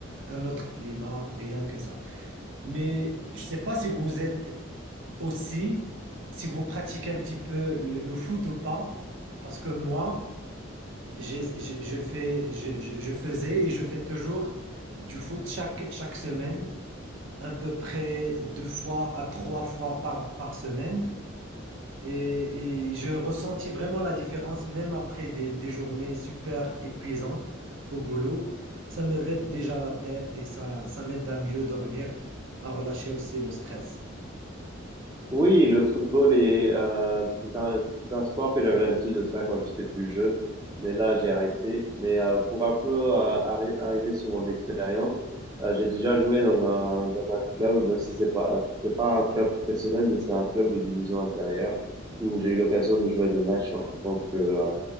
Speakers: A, on the right; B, on the right.
A: un autre climat, rien que ça. Mais je ne sais pas si vous êtes aussi si vous pratiquez un petit peu le, le foot ou pas, parce que moi, j'ai- j'ai- je fais, je, je- je faisais et je fais toujours du foot chaque, chaque semaine, à peu près deux fois à trois fois par, par semaine. Et, et je ressentis vraiment la différence, même après des, des journées super épuisantes au boulot. Ça me vide déjà la tête et ça, ça m'aide à mieux dormir, à relâcher aussi le stress.
B: Oui, le football est, euh, c'est un, c'est un sport que j'avais l'habitude de faire quand j'étais plus jeune, mais là j'ai arrêté. Mais euh, pour un peu euh, arri- arriver sur mon expérience, euh, j'ai déjà joué dans un, dans un club, même si c'est pas, c'est pas un club professionnel, mais c'est un club de division intérieure où j'ai eu l'occasion de jouer deux matchs en tant que, euh,